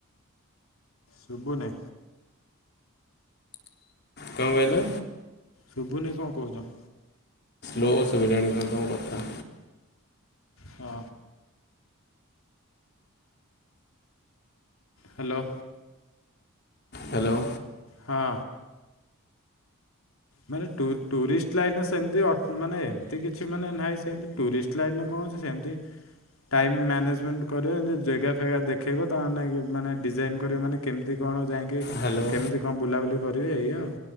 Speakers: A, on the left; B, on the left.
A: ଶୁଭୁନି।
B: କଣ କହିଲେ?
A: ଶୁଭୁନି କଣ କହୁଚ।
B: ଲୋ ଶୁଭିଲାଣି ତ ତମ କଥା।
A: ହଁ। ହାଲୋ।
B: ହାଲୋ।
A: ହଁ। ମାନେ ଟୁ ଟୁରିଷ୍ଟ ଲାଇନ୍ ସେମିତି ଅଟ ମାନେ ଏମିତି କିଛି ମାନେ ନାହିଁ ସେମତି ଟୁରିଷ୍ଟ ଅଫ୍ ଲାଇନ୍ କଣ ଅଛି ସେମିତି। ଟାଇମ୍ ମ୍ୟାନେଜମେଣ୍ଟ କରିବ ଏମିତି ଜେଗା ଫେଗା ଦେଖେଇବ ତା ଆମେ ଇ ମାନେ ଡିଜାଇନ୍ କରିବ ମାନେ କେମିତି କଣ ଯାଇକି
B: ହ୍ୟାଲୋ।
A: କେମିତି କଣ ବୁଲାବୁଲି କରିବେ ଇଏ ଆଉ।